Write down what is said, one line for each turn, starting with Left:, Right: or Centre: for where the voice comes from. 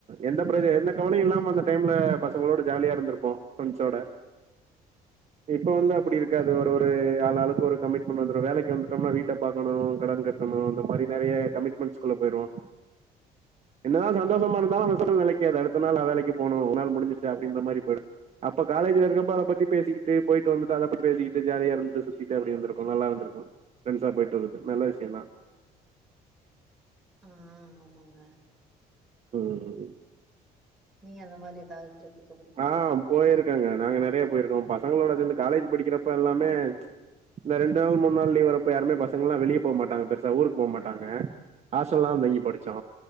Right: எந்த ப்ர எந்த கவலையு இல்லாம அந்த டைம்ல பசங்களோட ஜாலியா இருந்துருப்போ ஃப்ரெண்ட்ஸ்சோட இப்ப வந்து
Centre: ஆமா
Right: அப்டி
Centre: ஆமாங்க
Right: இருக்காது ஒரு ஒரு ஆளாளுக்கு ஒரு கமிட்மெண்ட் வந்துரு வேலைக்கு வந்துடோம்னா வீட்ட பாக்கணு கடன் கட்டணு அந்த மாரி நெறைய கமிட் மென்ட்ஸ் குள்ள போய்ருவோ என்னதா சந்தோஷமா இருந்தாலு அந்த சந்தோஷோ நெலைக்காது அடுத்த நாள் நா வேலைக்கு போனு ஒரு நாள் முடிஞ்சுருச்சு அப்டின்ற மாரி போய்டு அப்ப காலேஜ்ல இருக்கப்ப அத பத்தி பேசிக்கிட்டு போய்ட்டு வந்துட்டு அத பத்தி பேசிகிட்டு ஜாலியா இருந்துட்டு சுத்திட்டு அப்டி வந்திருக்கு நல்லாருந்துருக்கு ஃப்ரெண்ட்ஸா போய்ட்டு வர்றது நல்ல விஷயந்தா
Centre: ஆ ஆமாங்க
Right: ம்
Centre: நீங்க அந்த மாரி எதாது ட்ரிப்பு
Right: ஆ போயிருக்கோங்க நாங்க நெறையா போயிருக்கோ பசங்களோட சேர்ந்து காலேஜ் படிக்கிறப்ப எல்லாமே இந்த ரெண்டு நாள் மூணு நாள் லீவ் வரப்ப யாருமே பசங்கல்லா வெளிய போமாட்டாங்க பெருசா ஊருக்கு போமாட்டாங்க ஹாஸ்டல்லதா தங்கி படிச்சோ